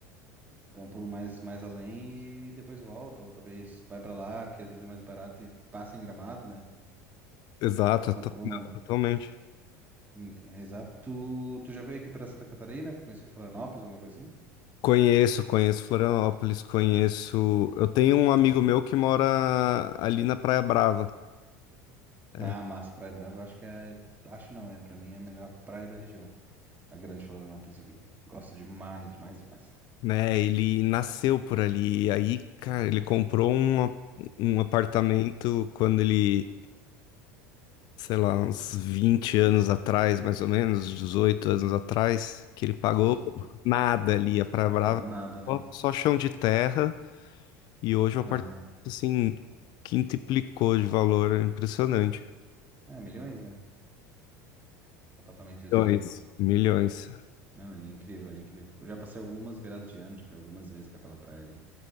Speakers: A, on the right (about 20°); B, on the left (about 55°).
A: Então, pulo mais, mais além e depois volta, ou talvez vai pra lá, que às vezes é mais barato e passa em Gramado, né?
B: Exato, to-
A: Ou, ou
B: não,
A: não.
B: totalmente.
A: Ent- Exato. Tu, tu já veio aqui pra Santa Catarina? Conheceu Florianópolis, alguma coisa assim?
B: Conheço, conheço Florianópolis, conheço. Eu tenho um amigo meu que mora ali na Praia Brava, é,
A: Ah, massa, Praia Brava, eu acho que é. Acho não, é pra mim é a melhor praia da região. A grande Florianópolis aqui. Gosto demais, demais, demais.
B: né? Ele nasceu por ali. E aí, cara, ele comprou um, a- um apartamento quando ele sei lá, uns 20 anos atrás, mais ou menos, 18 anos atrás, que ele pagou
A: Nossa, não tem-
B: nada ali, a Praia Brava,
A: pagou nada, né?
B: só só chão de terra, e hoje é o
A: Aham.
B: apartamento, assim, quintuplicou de valor, é impressionante.
A: É, milhões, né? O apartamentozinho
B: Milhões.
A: ali.
B: Milhões.
A: Não, ele é incrível, ele é incrível. Eu já passei algumas viradas de ano, já fui algumas vezes pra aquela praia ali.